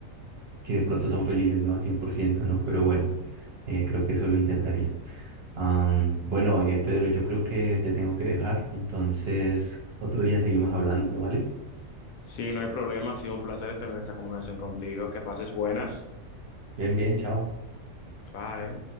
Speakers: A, on the right; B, on the left.
A: si de pronto son felices, ¿no? Al cien por ciento ¿no? Pero bueno, eh, creo que eso lo intentaría. Am, bueno, eh, Pedro, yo creo que te tengo que dejar, entonces otro día seguimos hablando, ¿vale?
B: Sí, no hay problema, ha sido un placer tener esta conversación contigo, que pases buenas.
A: Bien, bien, chao.
B: Bye.